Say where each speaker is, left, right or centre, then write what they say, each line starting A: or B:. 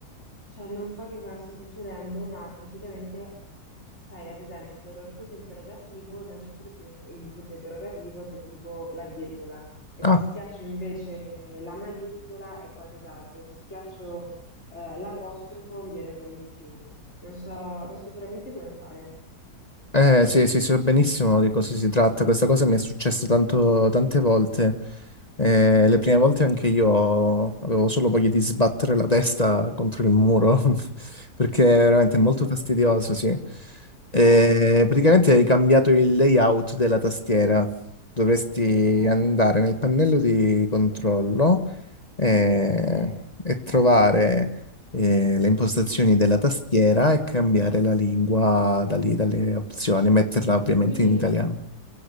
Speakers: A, on the left; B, on the left.
A: cioè non so che cosa sta succedendo, ma praticamente, sai, ad esempio, dopo il punto interrogativo non c'è più il punto, il punto interrogativo se tipo la virgola, e
B: Ah.
A: se schiaccio invece la maiuscola è qualcos'altro, se schiaccio, eh, l'apostrofo mi viene fuori il più. Non so, non so veramente come fare.
B: Eh sì, sì, so benissimo di cosa si tratta. Questa cosa mi è successa tanto- tante volte. Eh, le prime volte anche io avevo solo voglia di sbattere la testa contro il muro, <laughs> perché è veramente
A: E se
B: molto
A: riuscite?
B: fastidioso, sì. Eh,
A: Eh,
B: praticamente hai cambiato il layout della tastiera. Dovresti
A: ok,
B: andare nel pannello di controllo eh,
A: ok.
B: e trovare eh, le impostazioni della tastiera e cambiare la lingua da lì, dalle opzioni, metterla ovviamente
A: Quindi
B: in italiano.
A: tu